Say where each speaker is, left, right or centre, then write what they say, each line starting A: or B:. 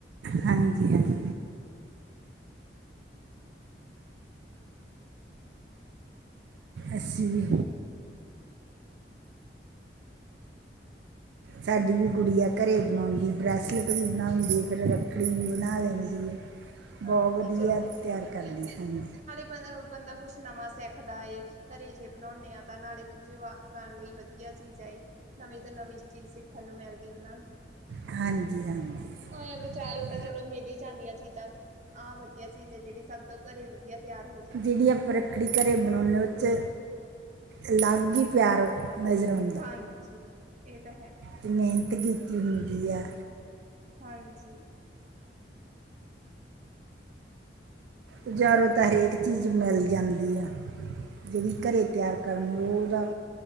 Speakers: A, on the right; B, on the right.
A: ਹਾਂਜੀ -ਹਾਂਜ ਅੱਸੀ ਵੀ ਸਾਡੀ ਵੀ ਗੁਡੀਆ ਕਰੇ ਬਣਾਉਦੀ ਬ੍ਰੈਸਲੇਟ ਵੀ ਬਣਾਉਂਦੀ ਐ ਫੇਰ ਰੱਖੜੀ ਵੀ
B: ਅੱਛਾ
A: ਬਣਾ ਲੈਂਦੀ ਐ, ਬੋਹ
B: ਹਾਂਜੀ
A: ਵਧੀਆ ਤਿਆਰ ਕਰਲੀ, ਹਾਂਜੀ।
B: ਮਤਲਬ ਬੰਦਾ ਕੁਛ ਨਵਾਂ ਸਿੱਖਦਾ ਏ। ਕਰੇ ਜੇ ਬਣਾਉਦੇ ਆ ਤਾਂ ਨਾਲੇ ਜਵਾਕਾਂ ਲਈ ਵਧੀਆ ਚੀਜ਼ ਏ। ਨਵੀਂ ਤੋਂ ਨਵੀਂ ਚੀਜ਼ ਸਿੱਖਣ ਨੂੰ ਮਿਲਦੀ ਉਹਨਾਂ ਨੂੰ
A: ਹਾਂਜੀ-ਹਾਂਜੀ।
B: ਐ ਬਜ਼ਾਰੋਂ ਤਾਂ ਚਲੋ ਮਿਲ ਜਾਂਦੀਆਂ ਚੀਜ਼ਾਂ, ਆਹ ਵਧੀਆ ਚੀਜ਼ ਐ ਜਿਹੜੀ ਸਭ ਤੋਂ ਕਰੇ ਵਧੀਆ ਤਿਆਰ ਹੋ ਜਾਵੇ।
A: ਜਿਹੜੀ ਆਪਾਂ ਰੱਖੜੀ ਕਰੇ ਬਣਾਉਨੇ ਉਹ ਚ, ਅਲੱਗ ਹੀ ਪਿਆਰ ਨਜ਼ਰ ਆਉਂ
B: ਹਾਂਜੀ, ਇਹ ਤਾਂ ਹੈ।
A: ਤੇ ਮਿਹਨਤ ਕੀਤੀ ਹੁੰਦੀ ਆ।
B: ਹਾਂਜੀ।
A: ਬਜ਼ਾਰੋਂ ਤਾਂ ਹਰੇਕ ਚੀਜ਼ ਮਿਲ ਜਾਂਦੀ ਆ। ਜਿਹੜੀ ਕਰੇ ਤਿਆਰ ਕਰਨ ਉਹ ਉਹਦਾ